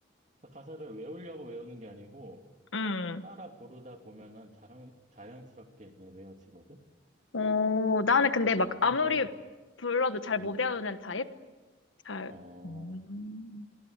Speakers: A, on the right; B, on the left.
A: 그 가사를 외우려고 외우는 게 아니고
B: 음.
A: 따라 부르다 보면은 자연 자연스럽게 그냥 외워지거든?
B: 오, 나는 근데
A: 어.
B: 막 아무리
A: 근데,
B: 불러도 잘 못
A: 응.
B: 외우는 타입? 잘,
A: 어,
B: 음,